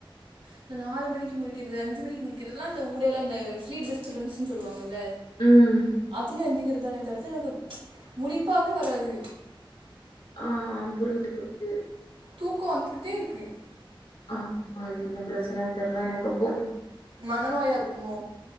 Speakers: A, on the right; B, on the left.
A: இந்த நாலு மணிக்கு முழிக்கிறது அஞ்சு மணிக்கு முழிக்கிறதுலா அந்த ஊடைல அந்த ஸ்லீப்லெஸ் டிஸ்டபன்ஸ்ன்னு சொல்லுவாங்கல்ல
B: ம்.
A: அதுல எந்திக்கதானே தவிர்த்து எனக்கு முழிப்பாவே வராது
B: ஆ புரியுது புரியுது
A: தூக்கோ வந்துகிட்டே இருக்கு
B: ஆ அது என்ன பிரச்சனைன் தெர்ல எனக்கப்போ
A: மனநோயா இருக்குமோ